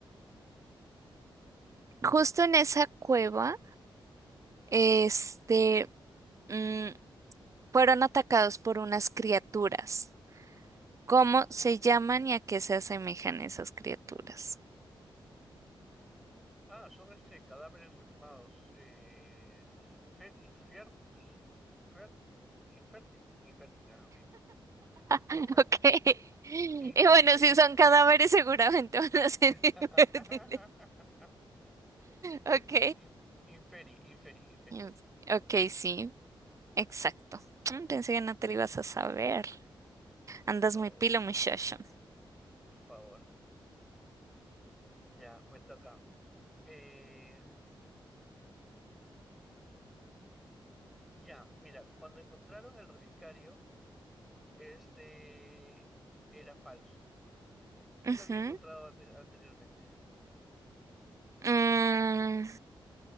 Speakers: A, on the right; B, in the centre.
A: Justo en esa cueva, este, mm, fueron atacados por unas criaturas. ¿Cómo se llaman y a qué se asemejan esas criaturas?
B: Ah, son este cadáveres reanimados. Eh, infer- infiertus, infer- infértil, infértil, ah, ok, no. <laughs>
A: <laughs> Ok. Y
B: In- infe-
A: bueno, si
B: inf-
A: son cadáveres, seguramente van a ser
B: <laughs>
A: <laughs> invertibles. Ok.
B: In- inferi, inferi, inferi.
A: Mm, Ok, sí, exacto. Mm, Pensé que no te lo ibas a saber. Andas
B: Por
A: muy
B: favor,
A: pilo, muchacho.
B: por favor. Ya, me toca. Eh, ya, mira, cuando encontraron el relicario. Este era falso. ¿Quién
A: Ujú.
B: lo había encontrado antes, anteriormente?
A: Mm,